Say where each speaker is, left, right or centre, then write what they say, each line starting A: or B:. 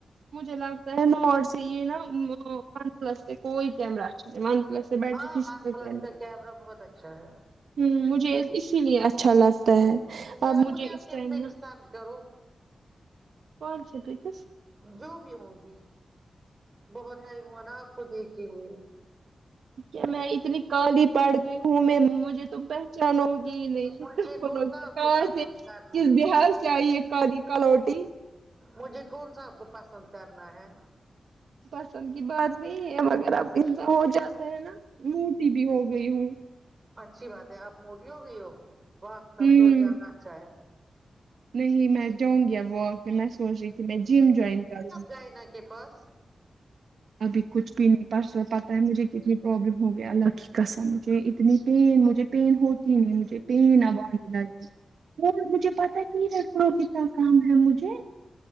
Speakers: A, on the right (about 85°); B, on the right (about 30°).
A: مجھے لگتا ہے نوٹ سے یہ نا ون پلس سے کوئی کیمرہ ون پلس سے بیٹر
B: ہاں ون پلس کا کیمرہ بہت اچھا ہے
A: ہمجھے اسی لیے اچھا لاس ببے
B: ذرا
A: اب مجھے
B: اپنی
A: اس ٹائم
B: پک
A: نا
B: سینڈ کرو
A: س <unintelligible>
B: جو بھی ہوگی بہت ٹائم ہو نا آپ کو دیکھے ہوئے
A: کیا میں اتنی کالی پڑ گئی ہوں میں مجھے تم پہ تو <unintelligible>
B: مجھے کون سا آپ کو پسند کرنا
A: کس بہار سے آی یہ کالی کالوٹی
B: مجھے کون سا آب کو پسند کرنا ہے
A: پسند کی بات نہیں ہے ا مگر اب انسا ہو جاتا ہے نا موٹی بھی ہو گئی ہوں
B: اچھی بات ہے آپ موٹی ہو گئی ہو واہ تب
A: ہوں
B: تو زیادہ اچھا ہے
A: نہیں میں جا و نگی اب واک میں میں سوچی سونچ رہی جم جوائن کر ونگی
B: چائنا کے پاس
A: ابھی کچھ بھی نہیں پرسوں پتہ ہے مجھے کتنی پرابلم ہو گیا الله کی قسم مجھے اتنی پین مجھے <unintelligible> اور مجھے پتا کہ ر پڑو کتنا کام ہے مجھے